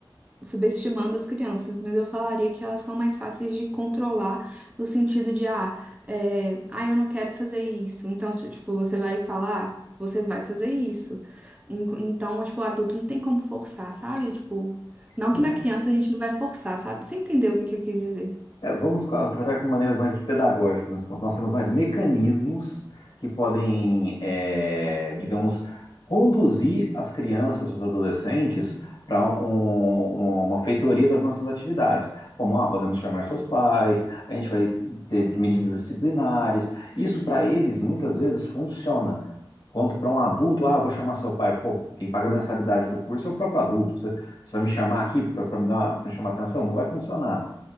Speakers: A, on the right; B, on the left.
A: subestimando as crianças, mas eu falaria que elas são mais fáceis de controlar no sentido de, ah, é, ah, eu não quero fazer isso. Então, se, tipo, você vai falar, "Ah, você vai fazer isso. En- Então, tipo, o adulto não tem como forçar, sabe? Tipo, não
B: né?
A: que na criança a gente não vai forçar, sabe? Você entendeu o que que eu quis dizer?
B: É, vamos co- tratar com maneiras mais pedagógicas nesse ponto. Nós temos mais mecanismos que podem, é, digamos, conduzir as crianças, os adolescentes, para uma feitoria das nossas atividades. Como, ah, podemos chamar seus pais, a gente vai ter medidas disciplinares. Isso, para eles, muitas vezes funciona. Quanto para um adulto, ah, eu vou chamar seu pai. Pô, quem paga a mensalidade do curso é o próprio adulto. Você, você vai me chamar aqui para me dar, para me chamar atenção? Não vai funcionar.